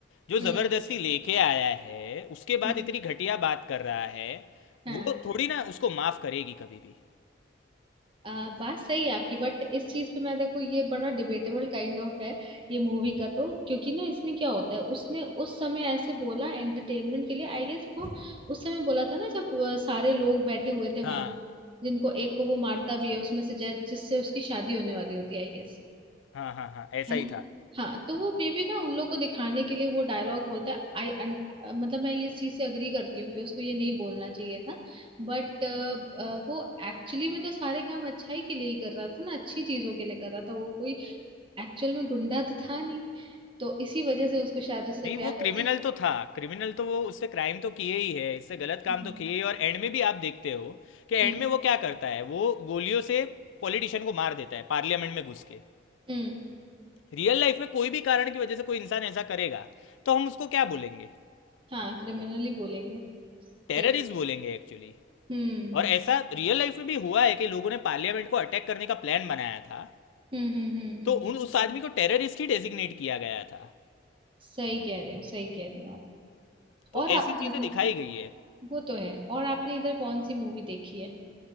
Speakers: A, on the left; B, on the right.
A: जो
B: हम्म
A: ज़बरदस्ती लेके आया है उसके
B: हम्म,
A: बाद इतनी घटिया बात कर रहा है
B: हाँ
A: वो थोड़ी ना उसको माफ़ करेगी कभी भी
B: आ, बात सही है आपकी बट इस चीज पे मैं देखो ये बड़ा डिबेटेबल काइंड ऑफ है ये मूवी का तो क्योंकि ना इसमें क्या होता है उसने उस समय ऐसे बोला एंटरटेनमेंट के लिए आई गेस वो उस समय बोला था ना जब अ, सारे लोग बैठे हुए थे
A: हाँ,
B: वहां जिनको एक को वो मारता भी है उसमें से जै- जिससे उसकी शादी होने वाली होती है आई गेस
A: हाँ, हाँ, हाँ, ऐसा
B: है
A: ही
B: ना
A: था।
B: हाँ तो वो मे बी ना उन लोग को दिखाने के लिए वो डायलॉग बोलता है आई मतलब मैं इस चीज से अग्री करती हूँ कि उसको ये नहीं बोलना चाहिए था बट वो एक्चुअली में तो सारे काम अच्छाई के लिए ही कर रहा था ना अच्छी चीजों के लिए कर रहा था वो कोई एक्चुअल में गुंडा तो था नहीं तो इसी वजह से उसको शायद उससे
A: नहीं
B: प्यार
A: वो क्रिमिनल
B: हो गया
A: तो था, क्रिमिनल तो वो उससे क्राइम तो किए ही है, इससे गलत काम
B: हम्म
A: तो किए ही और एंड में भी आप देखते हो कि एंड
B: हम्म
A: में वो क्या करता है, वो गोलियों से पॉलिटिशियन को मार देता है पार्लियामेंट में घुस के।
B: हम्म,
A: रियल लाइफ में कोई भी कारण की वजह से कोई इंसान ऐसा करेगा, तो हम उसको क्या बोलेंगे?
B: हाँ क्रिमिनली बोलेंगे
A: टेररिस्ट
B: सही
A: बोलेंगे एक्चुअली।
B: हम्म
A: और ऐसा रियल लाइफ में भी हुआ है कि लोगों ने पार्लियामेंट को अटैक करने का प्लान बनाया था,
B: हम्म हम्म हम्म हम्म
A: तो
B: हम्म,
A: उन उस आदमी को टेररिस्ट ही डेजिग्नेट किया गया था।
B: सही कह रहे हो सही कह रहे हो आप
A: तो
B: और आपने
A: ऐसी चीजें
B: इधर
A: दिखाई गई है।
B: वो तो है और आपने इधर कौन सी मूवी देखी है